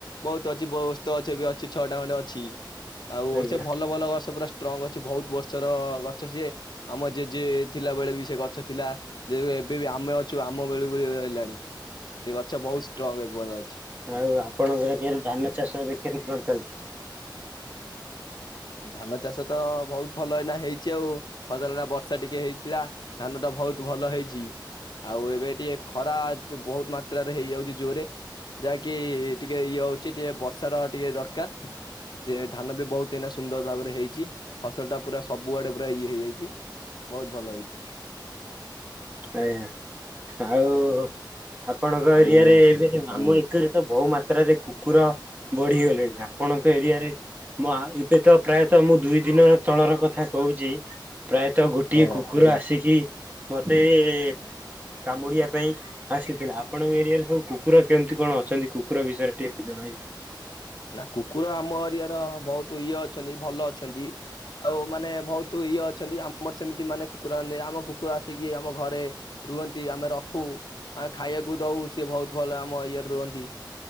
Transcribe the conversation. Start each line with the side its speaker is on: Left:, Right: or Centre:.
Left: ବହୁତ ଅଛି, ବୋ ଓସ୍ତ ଅଛ ବି ଅଛି ଛଅଟା ଖଣ୍ଡେ ଅଛି। ଆଉ
Right: ଆଜ୍ଞା
Left: ସେ ଭଲ ଭଲ ଗଛ ପୁରା ଷ୍ଟ୍ରଙ୍ଗ ଅଛି, ବହୁତ ବର୍ଷର ଗ ସିଏ ଆମ ଜେଜେ ଥିଲାବେଳେ ବି ସେ ଗଛ ଥିଲା। ଯେ ବେ ଏବେ ବି ଆମେ ଅଛୁ, ଆମ ବେଳକୁ ହେଲାଣି। ସେ ଗଛ ବହୁତ ଷ୍ଟ୍ରଙ୍ଗ୍ ଏପନ୍ତ ଅଛି।
Right: ଆଉ, ଆପଣଙ୍କ ଏରିଆରେ ଧାନ ଚାଷ ଏବେ କେମତି କଣ ଚାଲିଛି?
Left: ଧାନ ଚାଷ ତ ବହୁତ ଭଲ ଏଇନା ହେଇଛି ଆଉ, ଫସଲଟା ବର୍ଷ ଷା ଟିକେ ହେଇଥିଲା ଧାନ ଟା ବହୁତ ଭଲ ହେଇଛି। ଆଉ, ଏବେ ଟିକେ ଖରା ଯ ବହୁତ ମାତ୍ରାରେ ହେଇଯାଉଛି, ଜୋରରେ। ଯାହାକି ଟିକେ ଇଏ ହଉଛି, ଟିକେ ବର୍ଷା ର ଟିକେ ଦରକାର। ସେ ଧାନ ବି ବହୁତ ଏଇନା ସୁନ୍ଦର ଭାବରେ ହେଇଛି। ଫସଲ ଟା ପୁରା ସବୁଆଡେ ପୁରା ଇଏ ହେଇଯାଇଛି, ବହୁତ ଭଲ ହେଇଛି।
Right: ଆ଼ୟାଁ ଆଉ-ଉ, ଆପଣଙ୍କ
Left: ଆଉ
Right: ଏରିଆରେ ଏବେ,
Left: ହୁଁ
Right: ଆମ ଏକରେ
Left: କୁହ
Right: ତ ବହୁ ମାତ୍ରାରେ କୁକୁର ବଢିଗଲେଣି ନା। ଆପଣଙ୍କ ଏରିଆରେ ମଆ, ଏବେ ତ ପ୍ରାୟତଃ ମୁଁ ଦୁଇ ଦିନ ତଳର କଥା କହୁଛି। ପ୍ରାୟତଃ, ଗୋଟିଏ
Left: ହଁ
Right: କୁକୁର
Left: ଆଜ୍ଞା।
Right: ଆସିକି ସେ-ଏ -ଏ କାମୁଡିିଆ ପାଇଁ ଆସିଥିଲା। ଆପଣଙ୍କ ଏରିଆରେ ସବୁ କୁକୁର କେମିତି କଣ ଅଛନ୍ତି କୁକୁର ବିଷୟରେ ଟିକେ ଜଣାଇବେ। ହ <unintelligible>
Left: ନା, କୁକୁର ଆମ ଏରିଆ ର ବହୁତୁ ଇଅ ଅଛନ୍ତି। ଭଲ ଅଛନ୍ତି। ଆଉ ମାନେ ବହୁତ ଇ ଅ ଅଛନ୍ତି, ଆମର ସେମିତି ମାନେ କୁକୁର ଆନେ କୁକୁର ଆସିକି ଆମ ଘରେ ରୁହନ୍ତି। ଆମେ ରଖ୍ ରଖୁ ଆ ଖାଇବାକୁ ଦୋଉ ସିଏ ବୋହୁତ ଭଲ ଆମ ଇଏରେ ରୁହନ୍ତି।